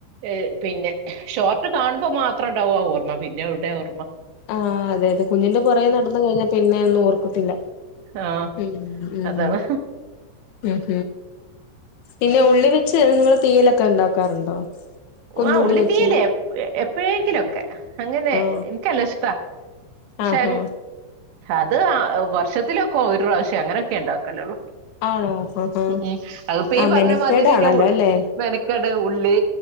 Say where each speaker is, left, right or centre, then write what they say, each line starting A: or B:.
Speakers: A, on the right; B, on the left.
A: ഏഹ് പിന്നെ ഷോർട്ട് കാണുമ്പോ മാത്രംണ്ടാവാ ഓർമ്മ പിന്നെ എവടെ ഓർമ്മ
B: ആഹ് അതെ അതെ കുഞ്ഞിന്റെ പുറകെ നടന്ന് കഴിഞ്ഞാ പിന്നെ ഒന്നും ഓർക്കത്തില്ല
A: ആഹ്
B: ഉം ഉം ഉം
A: അതാണ്
B: ഉം പിന്നെ ഉള്ളിവെച്ച് നിങ്ങള് തീയലൊക്കെ ഉണ്ടാക്കാറുണ്ടോ കുഞ്ഞുള്ളി
A: ആഹ് ഉള്ളിത്തീയല്
B: വെച്ച്
A: എപ്പോഴേങ്കിലൊക്കെ അങ്ങനെ
B: ആ
A: ൻക്കല്ലഷ്ടാ പക്ഷെ
B: ആഹാ
A: അത് വർഷത്തിലൊക്കെ ഒരു പ്രാവശ്യം അങ്ങനെയൊക്കേ ഉണ്ടാക്കല്ലോള്ളു
B: ആണോ ആഹാ
A: ഉം അത്പ്പീ
B: ആ
A: പർഞ്ഞ
B: മെനക്കേടാണല്ലോ
A: മാതിരിന്നെ ഉ
B: അല്ലേ
A: മെനക്കേട് ഉള്ളി